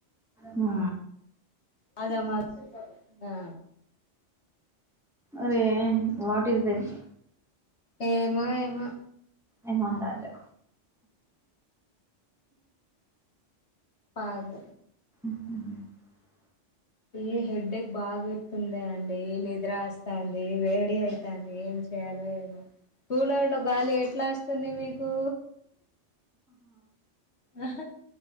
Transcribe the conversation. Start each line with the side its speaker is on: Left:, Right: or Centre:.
Centre: హ
Left: అద మా ఆ
Centre: అదే వాట్ ఇస్ దిస్
Left: ఏమో ఏమో
Centre: ఏ మహారాజా
Left: పాగ్
Centre: హ
Left: ఈ హెడ్డే బాగైతుంది అండి నిద్రస్తంది వేడి అయితాంది ఏం చేయాలో ఏమో కూల అట్ల గాలి ఎట్లా వస్తుంది మీకు అహ